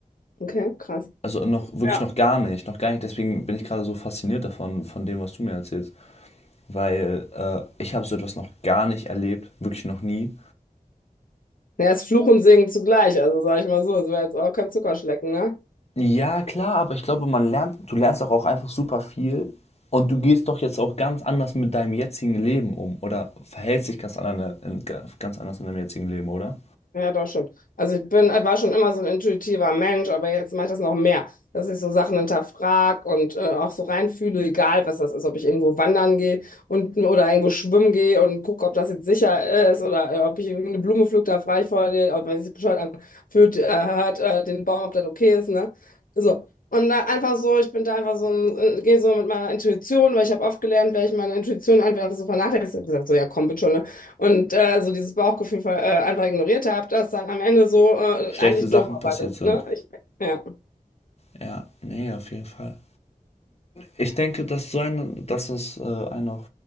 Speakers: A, on the left; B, on the left.
A: Okay, krass.
B: Also noch wirklich
A: Ja,
B: noch gar nicht, noch gar nicht. Deswegen bin ich gerade so fasziniert davon, von dem, was du mir erzählst, weil äh, ich habe so etwas noch gar nicht erlebt, wirklich noch nie.
A: ja, ist Fluch und Segen zugleich, also sag ich mal so, es war jetzt auch kein Zuckerschlecken, ne?
B: Ja, klar, aber ich glaube, man lernt, du lernst doch auch einfach super viel und du gehst doch jetzt auch ganz anders mit deinem jetzigen Leben um oder verhältst dich ganz anders in, ganz anders in deinem jetzigen Leben, oder?
A: Ja, doch schon. Also ich bin, war schon immer so ein intuitiver Mensch, aber jetzt mache ich das noch mehr, dass ich so Sachen hinterfrag und äh, auch so reinfühle, egal was das ist, ob ich irgendwo wandern gehe und oder irgendwo schwimmen gehe und gucke, ob das jetzt sicher ist oder äh, ob ich irgendeine Blume pflück, da frage ich vorher, den, ob wenn sich bescheuert anfühlt, äh, hört äh, den Baum, ob das okay ist, ne? So. Und da einfach so, ich bin da einfach so, ein- äh, gehe so mit meiner Intuition, weil ich habe oft gelernt, wenn ich meine Intuition einfach so vernachlässige, ich hab gesagt, so ja komm, bitte schon, ne? Und äh, so dieses Bauchgefühl ver- äh, einfach ignoriert habe, das dann am Ende so äh,
B: Schlechte
A: eigentlich
B: Sachen
A: doof arbeitet
B: passiert sind.
A: Ne? Ich, ja,
B: Ja, nee, auf jeden Fall. Ich denke, dass so ein, dass es äh, einem auf,